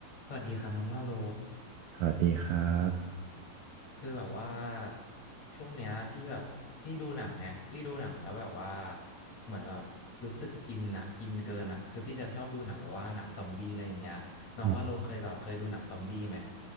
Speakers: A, on the left; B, on the right.
A: สวัสดีครับน้องว่าโล
B: สวัสดีครับ
A: คือแบบว่าช่วงเนี้ยพี่แบบพี่ดูหนังไงพี่ดูหนังแล้วแบบว่าเหมือนแบบรู้สึกอินอะอินเกินอะคือพี่จะชอบดูหนังแบบว่าหนังซอมบี้อะไรอย่างเงี้ยน้องว่าโลเคยแบบเคยดูหนังซอมบี้ไหม
B: อืม